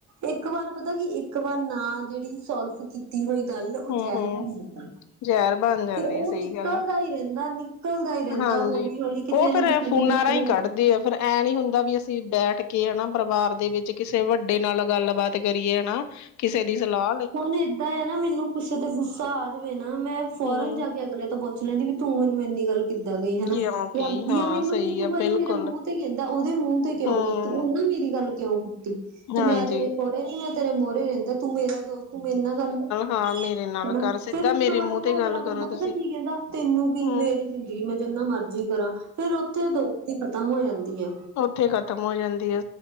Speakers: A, on the right (about 65°); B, on the left (about 70°).
A: ਇੱਕ ਵਾਰ ਪਤਾ ਕੀ, ਇੱਕ ਵਾਰ ਨਾ ਜੇੜੀ ਸੋਲਫ ਕੀ ਤੀ ਹੋਈ ਗੱਲ, ਓ
B: ਹੂੰ
A: ਜੈਰ
B: ਹੂੰ
A: ਬਨ ਜਾਂਦਾ,
B: ਜ਼ਹਿਰ ਬਣ ਜਾਂਦੀ
A: ਫਿਰ ਓ
B: ਸਹੀ
A: ਨਿਕਲਦਾ
B: ਗੱਲ ਆ
A: ਈ ਰੈਂਦਾ, ਨਿਕ ਲਦਾ ਈ ਰੈਂਦਾ
B: ਹਾਂਜੀ
A: ਹੌਲੀ-ਹੌਲੀ, ਕਿਤੇ
B: ਉਹ ਫੇਰ
A: ਨਾ ਕਿਤੇ
B: ਫੋਨਾਂ
A: ਤੇ ਨਿਕਲਦਾ।
B: ਰਾਹੀਂ ਕੱਢਦੇ ਆ ਫੇਰ ਐਂ ਨੀ ਹੁੰਦਾ ਵੀ ਅਸੀਂ ਬੈਠ ਕੇ, ਹਨਾ ਪਰਿਵਾਰ ਦੇ ਵਿੱਚ ਕਿਸ ਤੇ ਵੱਡੇ ਨਾਲ ਗੱਲਬਾਤ ਕਰੀਏ ਨਾ, ਕਿਸੇ ਦੀ ਸਲਾ
A: ਹੁਣ ਏਦਾਂ ਐ ਨਾ, ਮੈਨੂੰ ਕੁਸ ਤੇ ਗੁੱਸਾ ਆ ਜਾਵੇ ਨਾ, ਮੈਂ ਫੋਰਨ
B: ਹੂੰ
A: ਜਾ ਕੇ ਅਗਲੇ ਤੋਂ <unintelligible> ਪੁੱਛ ਲੈਂਦੀ ਵੀ, ਤੂੰ ਮੈਨੂੰ ਏਨੀ ਗੱਲ ਕਿੱਦਾਂ ਕਈ, ਹਨਾ।
B: ਕਿਉਂਕਿ
A: ਦੀ
B: ਹਾਂ
A: ਆ ਮੈਨੂੰ
B: ਸਹੀ
A: ਵੀ ਤੂੰ
B: ਆ
A: ਬਈ
B: ਬਿਲਕੁਲ
A: ਮੇਰੇ ਮੂੰਹ ਤੇ ਕੈਂਦਾ, ਓਦੇ ਮੂੰਹ ਤੇ ਕਿਉਂ
B: ਹੂੰ
A: ਕਈ ਤੂੰ, ਉਨਾਂ ਮੇਰੀ ਗੱਲ ਕਿਉਂ ਕੀਤੀ। ਤੇ
B: ਹਾਂਜੀ
A: ਮੈਂ ਤੇਰੇ ਮੌਰੇ ਨੀ, ਮੈਂ ਤੇਰੇ ਮੋਰੇ ਰੈਂਦਾ, ਤੂੰ ਮੇਰਾ ਦੋਸ ਤੂੰ ਮੇਰੇ ਨਾਲ ਗੱਲ ਕਰਨਾ
B: ਹਾਂ ਮੇਰੇ ਨਾਲ
A: ਹਨਾ,
B: ਕਰ ਸਿੱਧਾ
A: ਫੇਰ ਉਸ
B: ਮੇਰੇ
A: ਤੋਂ ਬਾਦ
B: ਮੂੰਹ
A: ਓ
B: ਤੇ ਗੱਲ
A: ਅਗਲਾ ਬੰਦਾ,
B: ਕਰੋ
A: ਪਤਾ
B: ਤੁਸੀਂ
A: ਕੀ ਕੈਂਦਾ ਤੈਨੂੰ ਕੀ
B: ਹੂੰ
A: ਮੇਰੀ ਜ਼ਿੰਦਗੀ, ਮੈਂ ਜਿੰਨਾ ਮਰਜ਼ੀ ਕਰਾਂ, ਫੇਰ ਉੱਥੇ ਦੋਸਤੀ ਖ਼ਤਮ ਹੋ ਜਾਂਦੀ ਏ।
B: ਓਥੇ ਖਤਮ ਹੋ ਜਾਂਦੀ ਐ।